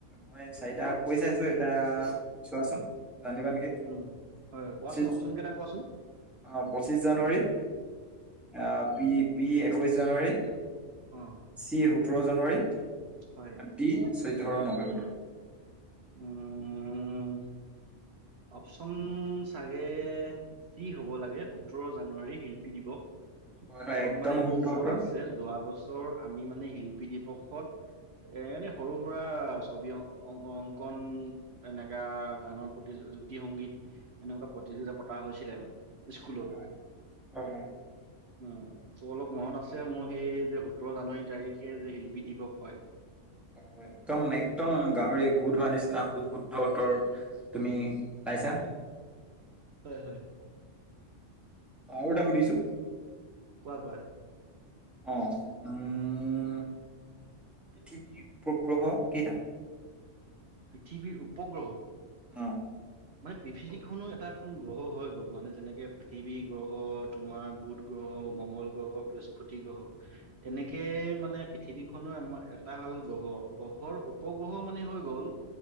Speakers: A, in the centre; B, on the right (about 60°).
A: মই চাৰিটা ক চাইছো এতিয়া চোৱাচোন জানিবা নেকি
B: উম হয়
A: পঁচিছ
B: কোৱাচোন অপচন কেইটা কোৱাচোন
A: অঁ পঁচিছ জানুৱাৰী অ বি বি এ একৈছ জানুৱাৰী
B: অ
A: চি হ' সোতৰ জানুৱাৰী
B: হয়
A: দি তেৰ নৱেম্বৰ
B: উম অপচন চাগে চি হ'ব লাগে সোতৰ জানুৱাৰী শিল্পী দিৱস।
A: হয় হয়
B: কাৰণ
A: একদম
B: মানে
A: শুদ্ধ
B: মোৰ মনত
A: উত্তৰ
B: আছে যোৱা বস্তু অ' আমি মানে শিল পি দিৱসত এনে সৰু সুৰা ছবি অ, অ, অং কন এনেকা গানৰ প্ৰতি জ্যোতি সংগীত এনেকুৱা প্ৰতিযোগিতা পতা হৈছিলে মানে। স্কুলত
A: হয় হয় হয় হয়
B: উম চ' অলপ মনত আছে মোৰ সেই যে সোতৰ জানুৱাৰী তাৰিখে যে শিল্পী দিৱস হয়।
A: হয় হয় একদম একদম গোট ধৰা হোৱাৰ নিচিনা শু শুদ্ধ উত্তৰ তুমি পাইছা।
B: হয় হয়।
A: আৰু এটা সুধিছো
B: কোৱা কোৱা।
A: অ' উম পৃথিৱীৰ উপগ্ৰহ কেইটা?
B: পৃথিৱীৰ উপগ্ৰহ।
A: অঁ।
B: মানে পৃথিৱীখনো এটা এখন গ্ৰহ হৈ গ'ল মানে যেনেকে পৃথিৱী গ্ৰহ তোমাৰ বুধ গ্ৰহ, মংগল গ্ৰহ, বৃহস্পতি গ্ৰহ তেনেকে মানে পৃথিৱীখনো আমাৰ এটা হল গ্ৰহ গ্ৰহৰ উপগ্ৰহ মানে হৈ গ'ল